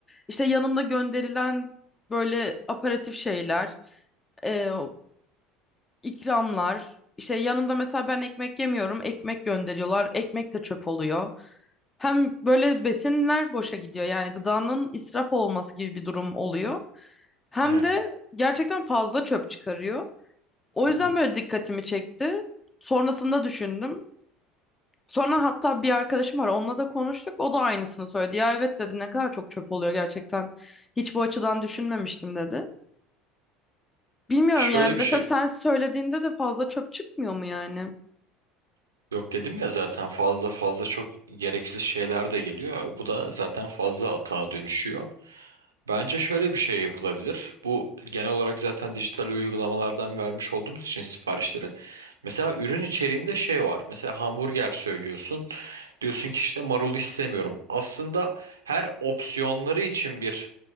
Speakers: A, on the left; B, on the right.
A: işte yanında gönderilen böyle aparatif şeyler, e, ikramlar. İşte yanında mesela ben ekmek yemiyorum, ekmek gönderiyorlar, ekmek de çöp oluyor. Hem böyle besinler boşa gidiyor yani gıdanın israf olması gibi bir durum oluyor. Hem
B: Evet.
A: de gerçekten fazla çöp çıkarıyor. O
B: Hı
A: yüzden
B: hı.
A: böyle dikkatimi çekti. Sonrasında düşündüm. Sonra hatta bir arkadaşım var onunla da konuştuk. O da aynısını söyledi. Ya evet dedi ne kadar çok çöp oluyor gerçekten. Hiç bu açıdan düşünmemiştim dedi. Bilmiyorum
B: Şöyle
A: yani
B: bir
A: mesela
B: şey
A: sen söylediğinde de fazla çöp çıkmıyor mu yani?
B: yok dedim ya zaten fazla fazla çok gereksiz şeyler de geliyor. Bu da zaten fazla atağa dönüşüyor. Bence şöyle bir şey yapılabilir. Bu genel olarak zaten dijital uygulamalardan vermiş olduğumuz için siparişleri. Mesela ürün içeriğinde şey var. Mesela hamburger söylüyorsun. Diyorsun ki işte marul istemiyorum. Aslında her opsiyonları için bir